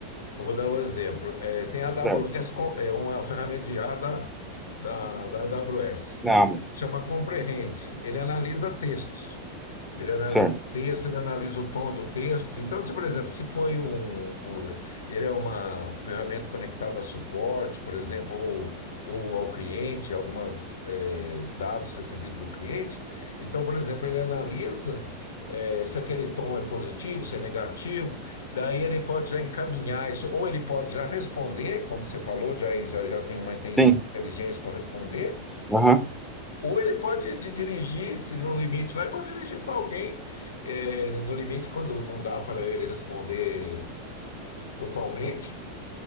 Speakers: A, on the left (about 65°); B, in the centre.
A: Eu vou dar um exemplo. É, tem a AWS,
B: certo.
A: com- é uma ferramenta de IA da, da, da AWS,
B: Na Amazon,
A: chama Comprehend. Ele analisa textos. Ele analisa
B: certo.
A: o texto, ele analisa o tom do texto. Então, se, por exemplo, se foi um, um- ele é uma ferramenta conectada a suporte, por exemplo, ou, ou ao cliente, algumas eh, dados recebidos do cliente. Então, por exemplo, ele analisa eh, se aquele tom é positivo, se é negativo. Daí ele pode já encaminhar isso, ou ele pode já responder, como você falou, já já, já tem uma inteligência
B: Sim,
A: para responder.
B: aham,
A: Ou ele pode di- dirigir, se no limite lá, ele pode dirigir para alguém, é, no limite, quando não dá para ele responder totalmente,